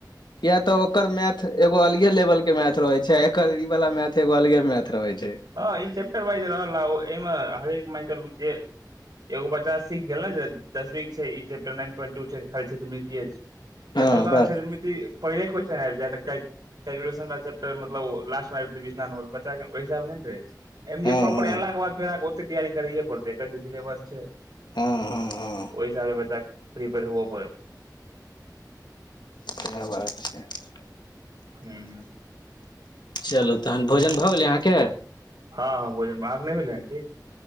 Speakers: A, on the left; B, on the right.
A: किया तऽ ओकर मैथ एगो अलगे लेवल केँ मैथ रहै छै आ एकर इ बला मैथ एगो अलगे मैथ रहै छै
B: हँ ई चैप्टर वाइज रहल एहिमे हरेक <unintelligible> जे एगो बच्चा सीख गेल ने जे दशमीसँ छै ई चैप्टर नाइन पॉइंट टू सँ छै खाली क्षेत्रमितिसँ छै
A: हँ
B: एत तऽ अहाँ
A: बस
B: क्षेत्रमिति पहिले क्वेस्चन आब जैत <inaudible> कैलकुलन चैपटर मतलब लास्ट मे आब नंबर बच्च इस सब नै रह छै ऐ में
A: हँ
B: जे प्रॉपर
A: हँ
B: ऐला केँ बाद फेर ओते तैयारी कर पड़तै एक जे सीेलेबस छै
A: हँ
B: <inaudible>
A: हँ हँ
B: ओए हिसाबे बच्चाक प्रीपेयर होबऽ पड़त
A: <unintelligible>
B: <unintelligible>
A: चलू तहन भोजन भऽ गेलै अहाँके
B: हँ हँ भोजन आहक के नय भेलै हनकि